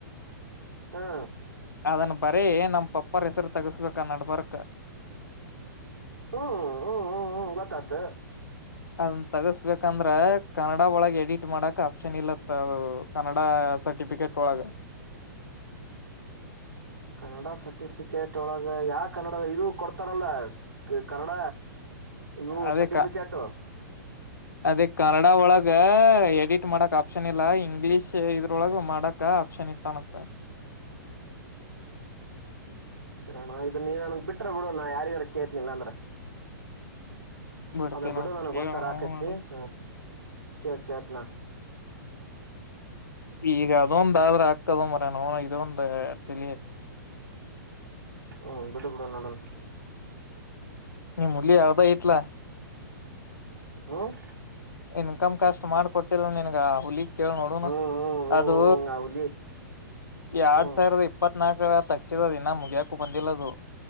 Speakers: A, on the right (about 70°); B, on the left (about 70°).
A: ಹಾ
B: ಅದನ್ ಬರೀ ನಮ್ ಪಪ್ಪರ್ ಹೆಸರು ತಗಸ್ಬೇಕು ಕ ನಡಬರ್ಕ
A: ಹ್ಮ್ ಹ್ಮ್ ಹ್ಮ್ ಹ್ಮ್ ಗೊತ್ತಾತು
B: ಅದನ್ ತಗಸ್ಬೇಕಂದ್ರ ಕನ್ನಡ ಒಳಗ ಎಡಿಟ್ ಮಾಡಕ ಆಪ್ಷನ್ ಇಲ್ಲತ್ತ ಕನ್ನಡ ಸರ್ಟಿಫಿಕೇಟ್ ಒಳಗ
A: ಕನ್ನಡ ಸರ್ಟಿಫಿಕೇಟ್ ಒಳಗ ಯಾ ಕನ್ನಡ ಇದು ಕೊಡ್ತಾರಲ್ಲ ಕನ್ನಡ ಇವು
B: ಅದೇ
A: ಸರ್ಟಿಫಿಕೇಟ್
B: ಕ ಅದೇ ಕನ್ನಡ ಒಳಗ ಎಡಿಟ್ ಮಾಡಕ್ ಆಪ್ಷನ್ ಇಲ್ಲ ಇಂಗ್ಲಿಷ್ ಇದ್ರೊಳಗ ಮಾಡಕ ಆಪ್ಷನ್ ಇಟ್ಟನಂತ
A: ಇರೋಣ ಇದು ನೀನ್ ನನ್ಗ್ ಬಿಟ್ರ ಬಿಡು ನಾ ಯಾರಿಗಾರ ಕೇಳ್ತೇನ ಇಲ್ಲಾ ಅಂದ್ರ
B: ಬಿಡ್ತೇನ
A: ಅದನ್ ಬಿಡು ನನ್ಗ್
B: ಕೇಳೋಣ
A: ಗೊತ್ತರ ಆಕೈತಿ ಹ ಕೇಳ ಕೇಳ್ತೇನಳ
B: ಈಗ ಅದೊಂದ ಆದ್ರ ಆಗತದ ಮರೈನ್ಯ ಇದೊಂದ ತಿಳಿ
A: ಹ್ಮ್ ಬಿಡು ಬಿಡು ನೋಡಣ
B: <unintelligible>
A: ಹ್ಮ್
B: ಇನ್ ಕಮ್ ಕಷ್ಟ್ ಮಾಡ್ ಕೊಟ್ಟಿಲ್ಲ ನನ್ಗ ಆ ಹುಲಿ ಕೇಳ ನೋಡುಣ
A: ಹ್ಮ್ ಹ್ಮ್ ಹ್ಮ್
B: ಅದು
A: ಹ್ಮ್ ಹುಲಿ
B: ಎರಡ್
A: ಹ್ಮ್
B: ಸಾವಿರದ ಇಪ್ಪತ್ನಾಲ್ಕರ ತಕ್ಷದ ದಿನ ಮುಗಿಯಕು ಬಂದಿಲ್ಲದು